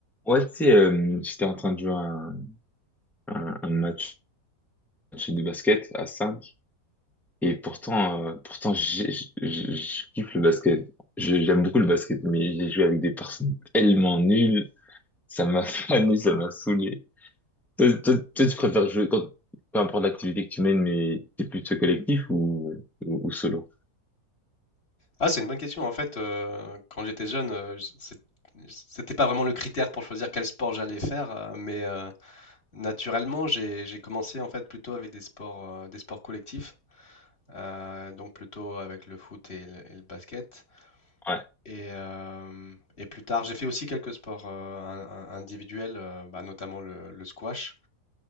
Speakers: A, in the centre; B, on the left.
A: Ouais, tu sais, euh, j'étais en train de jouer à un, un- un match, match de basket à 5 et pourtant, euh, pourtant j'ai- j'ai- j'ai- je kiffe le basket. Je- J'aime beaucoup le basket, mais j'ai joué avec des personnes tellement nulles, ça m'a <laughs> fané, ça m'a saoulé. Toi, toi, toi, tu préfères jouer, quand, peu importe l'activité que tu mènes, mais t'es plutôt collectif ou, ou, ou solo?
B: Ah, c'est une bonne question. En fait, euh, quand j'étais jeune, euh, j- c'est- c'était pas vraiment le critère pour choisir quel sport j'allais faire, euh, mais euh, naturellement, j'ai j'ai commencé en fait plutôt avec des sports, euh, des sports collectifs, euh, donc plutôt avec le foot et le, et le basket.
A: Ouais,
B: Et, euh, et plus tard, j'ai fait aussi quelques sports euh, in- in- individuels, euh, bah, notamment le, le squash.